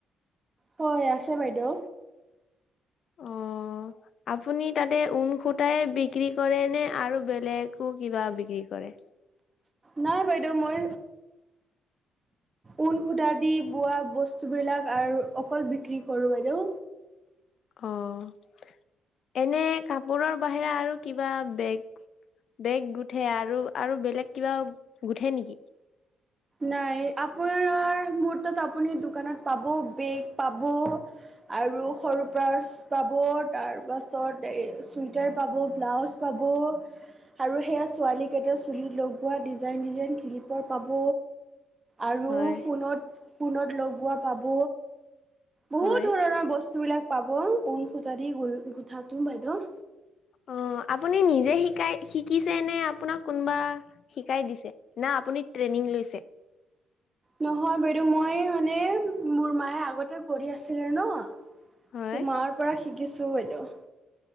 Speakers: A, on the right; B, on the left.
A: হয় আছে বাইদেউ।
B: অ'। আপুনি তাতে ঊনসুতাই বিক্ৰী কৰে নে আৰু বেলেগো কিবা বিক্ৰী কৰে?
A: নাই বাইদেউ মই ঊন সূতা দি বোৱা বস্তু বিলাক আৰু অকল বিক্ৰী কৰো বাইদেউ।
B: অ', এনে কাপোৰৰ বাহিৰে আৰু কিবা বেগ বেগ গুঠে আৰু, আৰু বেলেগ কিবা গুঠে নেকি?
A: নাই, আপোনাৰ মুৰতাত আপুনি দোকানত পাব বেগ পাব আৰু সৰু পাৰ্চ পাব, তাৰপাছত চুইদাৰ পাব, ব্লাউজ পাব আৰু সেয়া ছোৱালীকেইটা চুলিত লগোৱা ডিজাইন ডিজাইন ক্লিপাৰ পাব। আৰু
B: হয়,
A: ফোনত-ফোনত লগোৱা পাব, বহুত
B: হয়।
A: ধৰণৰ বস্তু বস্তুবিলাক পাব, ঊল খুতা দি <unintelligible> গোঠাটো বাইদেউ
B: অ', আপুনি নিজে শিকাই শিকিছে নে আপোনাক কোনবা শিকাই দিছে, না আপুনি ট্ৰেইনিং লৈছে?
A: নহয় বাইদেউ, মই মানে মোৰ মায়ে আগতে কৰি আছিলে নহ
B: হয়।
A: তো মাৰ পৰা শিকিছো বাইদেউ।